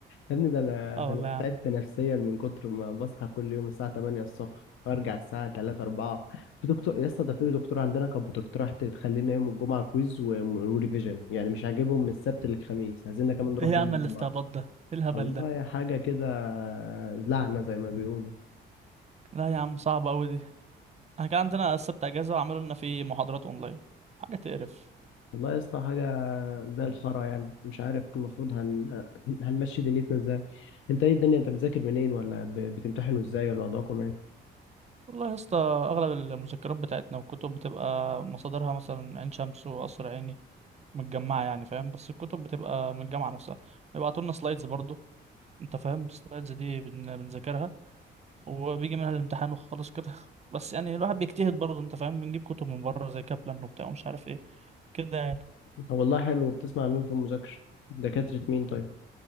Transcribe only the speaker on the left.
يا ابني ده انا
ده
انا
تعبت نفسيا من كتر ما بصحى كل يوم الساعه 8 الصبح وارجع الساعه 3 4 في دكتور يا اسطى ده في دكتور عندنا كانت بتقترح تخلينا يوم الجمعه كويز و- وريفيجن يعني مش عاجبهم من السبت للخميس عايزيننا كمان نروح
يوم
الجمعه
والله
حاجه كده لعنه زي ما بيقولوا
والله يا اسطى حاجة زي الخرا يعني مش عارف المفروض هن... <laughs> هنمشي دنيتنا ازاي انت ايه الدنيا انت بتذاكر منين ولا ب... بتمتحنوا ازاي ولا وضعكم ايه
طب والله حلو بتسمع مين في المذاكرة دكاترة مين طيب